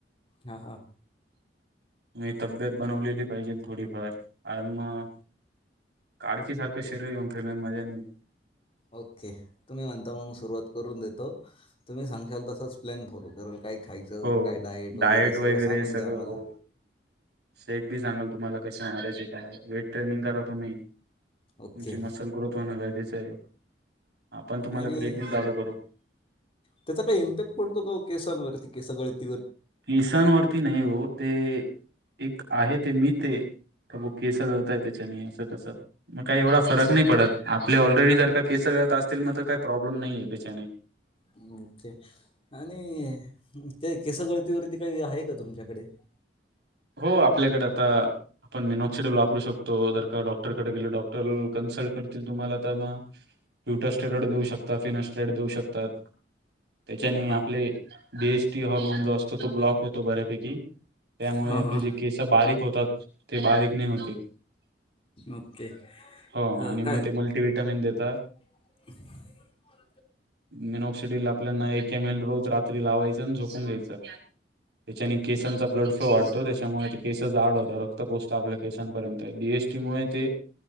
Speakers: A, on the left; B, on the right.
A: हा हा.
B: मी तब्येत बनवलेली पाहिजे थोडीफार आणि म काडकी सारखं शरीर घेऊन फिरण्यात मजा नाही.
A: ओके. तुम्ही म्हणता म्हणून सुरुवात करून देतो, तुम्ही सांगशालं तसंच प्लॅन फॉलो करल. काय खायचं,
B: हो
A: काय डायट वगैरे
B: डाएट
A: सगळं सांगून
B: सगळं
A: द्या आम्हाला.
B: हो सेट बी सांगाल तुम्हाला कसे मारायचे काय, वेट ट्रेनिंग करा तुम्ही. तुमची
A: ओके
B: मसल ग्रोथ होणं गरजेचं आहे. आपण तुम्हाला
A: आणि
B: क्रेटिंग चालू करू
A: त्याचा काही इम्पॅक्ट पडतो का केसांवरती केसगळती
B: केसांवररती नाही हो, ते एक आहे ते मी ते का ब केस गळताय त्याच्याने, असं तसं. मग काही एवढा फरक नाही पडत, आपले ऑलरेडी जर का केसं गळतं असतील म काही प्रॉब्लेम नाही त्याच्याने.
A: हूं ते आणि ते केस गळतीवरती काही आहे का तुमच्याकडे?
B: हो, आपल्याकडे आता आपण मिनॉक्सिडल वापरू शकतो, जर का डॉक्टरकडे गेले, डॉक्टर कन्सल्ट करतील तुम्हाला तर मग ट्युटस्टेरॉइड देऊ शकता फिने स्ट्रेड देऊ शकतात. त्याच्याने
A: हां
B: आपले बीएसटी हॉर्मोन जो असतो तो ब्लॉक होतो बऱ्यापैकी त्यामुळे
A: हां हां
B: आपले जे केसं बारीक होतात ते बारीक नाही होते.
A: ओके.
B: हो
A: ह
B: आणि
A: काय
B: मग ते मल्टीव्हिटॅमिन देतात.
A: <inaudible>
B: मेनॉक्सिडल आपल्याना एक एम एल रोज रात्री लावायचं आणि झोपून घ्यायचं. त्याच्याने केसांचा ब्लड फ्लो वाढतऽ त्याच्यामुळे केस जाड होतात, रक्त पोचत आपल्या केसांपर्यंत, बीएसटी मुळे तेऽ